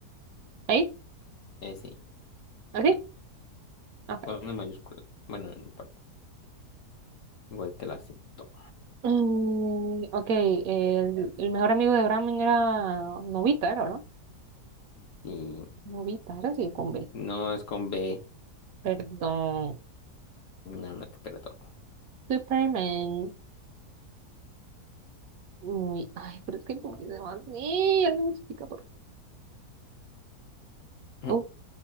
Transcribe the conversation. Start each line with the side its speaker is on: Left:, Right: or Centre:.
Right: ¿Ahí?
Left: Eh, sí,
Right: ¿Así?
Left: sí.
Right: Ok.
Left: Con una mayúscula. Bueno, no importa. Igual te lo acepto.
Right: Mm, ok, el, el mejor amigo de Doraemon era Novita, era, ¿no?
Left: Si
Right: Novita, era así, con B.
Left: no es con B,
Right: Perdón.
Left: no, no te perdono.
Right: Superman. Uy, ay, pero es que ¿por qué se llama así? Alguien me explica por qué.
Left: <laughs>
Right: Uh,